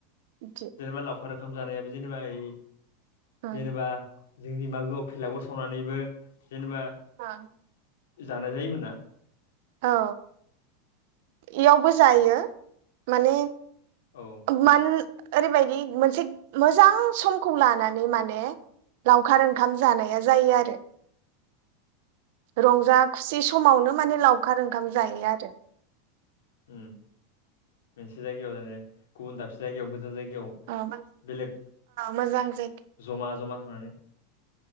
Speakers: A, on the right; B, on the left.
A: बिदि
B: जेनेबा लावखार ओंखाम जानायाबो जेनेबा ऐ
A: उम
B: जेनेबा जोंनि मागोआव फेलागुर सावनानैबो जेनेबा
A: आं
B: जानाय जायोमोन ना।
A: औ इयावबो जायो। माने
B: औ
A: मान ओरैबायदि मोनसे मोजां समखौ लानानै माने लावखार ओंखाम जानाया जायो आरो। रंजा खुसि समावनो माने लावखार ओंखाम जायो आरो।
B: ओम मोनसे जायगायाव जायो गुबुन दाबसे जायगायावबो गोजान जायगायाव
A: औ
B: बेलेग
A: मोजां जायगा
B: जमा जमा थांनानै